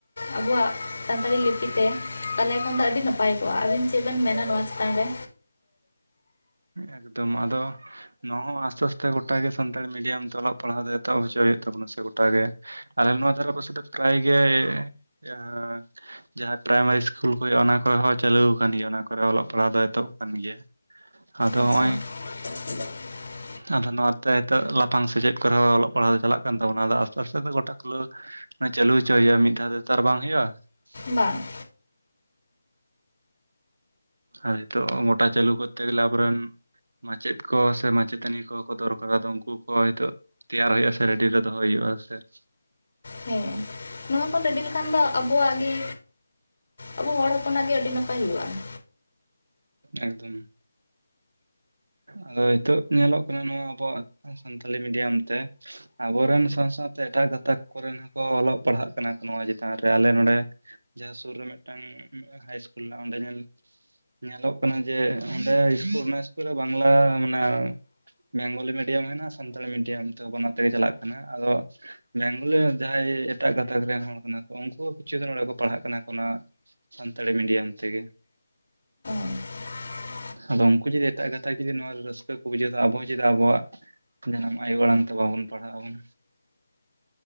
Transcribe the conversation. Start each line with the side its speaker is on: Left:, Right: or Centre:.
Left: ᱟᱵᱚᱣᱟᱜ ᱥᱟᱱᱛᱟᱲᱤ ᱞᱤᱯᱤ ᱛᱮ ᱾ ᱛᱟᱦᱚᱞᱮ ᱠᱷᱟᱱ ᱫᱚ ᱟᱹᱰᱤ ᱱᱟᱯᱟᱭ ᱠᱚᱜᱼᱟ, ‌ᱟᱹᱵᱤᱱ ᱪᱮᱫ ᱵᱮᱱ ᱢᱮᱱᱟ ᱱᱚᱣᱟ ᱪᱮᱛᱟᱱ ᱨᱮ?
Right: ᱮᱠᱫᱚᱢ ᱟᱫᱚ ᱱᱚᱣᱟ ᱦᱚᱸ ᱟᱥᱛᱮ ᱟᱥᱛᱮ ᱜᱚᱴᱟ ᱜᱮ ᱥᱟᱱᱛᱟᱲᱤ ᱢᱤᱰᱤᱭᱟᱢ ᱛᱮ ᱚᱞᱚᱜ ᱯᱟᱲᱦᱟᱣ ᱫᱚ ᱮᱛᱚᱦᱚᱵ ᱦᱚᱪᱚ ᱦᱩᱭᱩᱜ ᱛᱟᱵᱚᱱᱟ ᱥᱮ ᱜᱚᱴᱟᱜ ᱜᱮ ᱾ ᱟᱞᱮ ᱱᱚᱣᱟ ᱫᱷᱟᱨᱮ ᱯᱟᱥᱮ ᱫᱚ ᱯᱚᱨᱟᱭ ᱜᱮ ᱡᱟᱦᱟ ᱡᱟᱦᱟᱸ ᱯᱨᱟᱭᱢᱟᱨᱤ ᱤᱥᱠᱩᱞ ᱠᱚ ᱦᱩᱭᱩᱜ-ᱟ ᱚᱱᱟ ᱠᱚᱨᱮ ᱦᱚᱸ ᱪᱟᱹᱞᱩ ᱟᱠᱟᱱ ᱜᱮᱭᱟ ᱚᱱᱟ ᱠᱚᱨᱮ ᱚᱞᱚᱜ ᱯᱟᱲᱦᱟᱜ ᱫᱚ ᱮᱛᱚᱦᱚᱵ ᱟᱠᱟᱱ ᱜᱮᱭᱟ ᱾ ᱟᱫᱚ
Left: ᱟᱪᱪᱷᱟ
Right: ᱦᱚᱜᱼᱚᱭ
Left: <inaudible>
Right: ᱟᱫᱚ ᱱᱚᱣᱟᱛᱮ ᱦᱤᱛᱚᱜ ᱞᱟᱯᱷᱟᱝ ᱥᱮᱪᱮᱫ ᱠᱚᱨᱮ ᱦᱚᱸ ᱚᱞᱚᱜ ᱯᱟᱲᱦᱟᱜ ᱫᱚ ᱪᱟᱞᱟᱜ ᱠᱟᱱ ᱛᱟᱵᱚᱱᱟ ᱟᱫᱚ ᱟᱥᱛᱮ ᱟᱥᱛᱮ ᱫᱚ ᱜᱚᱴᱟ ᱠᱷᱩᱞᱟᱹᱣ ᱪᱟᱹᱞᱩ ᱦᱚᱪᱚᱭ ᱦᱩᱭᱩᱜᱼᱟ ᱢᱤᱫ ᱫᱷᱟᱣ ᱛᱮ ᱛᱚ ᱟᱨ ᱵᱟᱝ ᱦᱩᱭᱩᱜᱼᱟ ᱾
Left: ᱵᱟᱝ ᱾
Right: ᱟᱨ ᱦᱤᱛᱚᱜ ᱜᱚᱴᱟ ᱪᱟᱹᱞᱩ ᱠᱚᱨᱛᱮ ᱜᱮᱞᱮ ᱟᱵᱚᱨᱮᱱ ᱢᱟᱪᱮᱫ ᱠᱚ ᱥᱮ ᱢᱟᱪᱮᱛᱟᱹᱱᱤ ᱠᱚ ᱠᱚ ᱫᱚᱨᱠᱟᱨᱟ ᱫᱚ ᱩᱱᱠᱩ ᱠᱚ ᱦᱤᱛᱚᱜ ᱛᱮᱭᱟᱨ ᱦᱩᱭᱩᱜᱼᱟ ᱥᱮ ᱨᱮᱰᱤ ᱨᱮ ᱫᱚᱦᱚᱭ ᱦᱩᱭᱩᱜᱼᱟ ᱥᱮ ᱾
Left: ᱦᱮᱸ, ᱱᱚᱣᱟ ᱠᱚ ᱨᱮᱰᱤ ᱞᱮᱠᱷᱟᱱ ᱫᱚ ᱟᱵᱚᱣᱟᱜ ᱜᱮ ᱟᱵᱚ ᱦᱚᱲ ᱦᱚᱯᱚᱱᱟᱜ ᱜᱮ ᱟᱹᱰᱤ ᱱᱟᱯᱟᱭ ᱦᱩᱭᱩᱜᱼᱟ ᱾
Right: ᱮᱠᱫᱚᱢ ᱾ ᱟᱫᱚ ᱦᱤᱛᱳᱜ ᱧᱮᱞᱚᱜ ᱠᱟᱱᱟ ᱱᱚᱣᱟ ᱟᱵᱚᱣᱟᱜ ᱥᱟᱱᱛᱟᱞᱤ ᱢᱤᱰᱤᱭᱟᱢ ᱛᱮ ᱟᱵᱚᱨᱮᱱ ᱥᱟᱶ ᱥᱟᱶᱛᱮ ᱮᱴᱟᱜ ᱜᱟᱛᱟᱠ ᱠᱚᱨᱮᱱ ᱦᱚᱸᱠᱚ ᱚᱞᱚᱜ ᱯᱟᱲᱦᱟᱜ ᱠᱟᱱᱟ ᱱᱚᱣᱟ ᱪᱮᱛᱟᱱ ᱨᱮ ᱟᱞᱮ ᱱᱚᱰᱮ ᱡᱟᱦᱟᱸ ᱥᱩᱨ ᱨᱮ ᱢᱤᱫᱴᱟᱝ ᱦᱟᱭ ᱤᱥᱠᱩᱞ ᱢᱮᱱᱟᱜ ᱚᱸᱰᱮ ᱧᱮᱞ ᱧᱮᱞᱚᱜ ᱠᱟᱱᱟ ᱡᱮ ᱚᱸᱰᱮ ᱤᱥᱠᱩᱞ <unintelligible> ᱨᱮ ᱵᱟᱝᱞᱟ ᱢᱟᱱᱮ ᱵᱮᱝᱜᱚᱞᱤ ᱢᱤᱰᱤᱭᱟᱢ ᱦᱮᱱᱟᱜᱼᱟ ᱥᱟᱱᱛᱟᱲᱤ ᱢᱤᱰᱤᱭᱟᱢ ᱛᱚᱦᱚᱸ ᱵᱟᱱᱟᱨ ᱛᱮᱜᱮ ᱪᱟᱞᱟᱜ ᱠᱟᱱᱟ ᱟᱫᱚ ᱵᱮᱝᱜᱚᱞᱤ ᱨᱮᱱ ᱡᱟᱦᱟᱸᱭ ᱮᱴᱟᱜ ᱜᱟᱛᱟᱠ ᱨᱮᱱ ᱦᱚᱲ ᱠᱟᱱᱟ ᱠᱚ ᱩᱱᱠᱩ ᱦᱚᱸ ᱠᱤᱪᱷᱩ ᱫᱚ ᱱᱚᱸᱰᱮ ᱠᱚ ᱯᱟᱲᱦᱟᱜ ᱠᱟᱱᱟ ᱾ ᱚᱱᱟ ᱥᱟᱱᱛᱟᱲᱤ ᱢᱤᱰᱤᱭᱟᱢ ᱛᱮᱜᱮ ᱾
Left: <inaudible>
Right: ᱟᱫᱚ ᱩᱱᱠᱩ ᱡᱩᱫᱤ ᱮᱴᱟᱜ ᱜᱟᱛᱟᱠ ᱡᱩᱫᱤ ᱱᱚᱣᱟ ᱨᱟᱹᱥᱠᱟᱹ ᱠᱚ ᱵᱩᱡᱷᱟᱹᱣ ᱫᱟ, ᱟᱵᱚ ᱦᱚᱸ ᱪᱮᱫᱟᱜ ᱟᱵᱚᱣᱟᱜ ᱡᱟᱱᱟᱢ ᱟᱭᱳ ᱟᱲᱟᱝ ᱛᱮ ᱵᱟᱵᱚᱱ ᱯᱟᱲᱦᱟᱜ ᱟᱵᱚᱱ?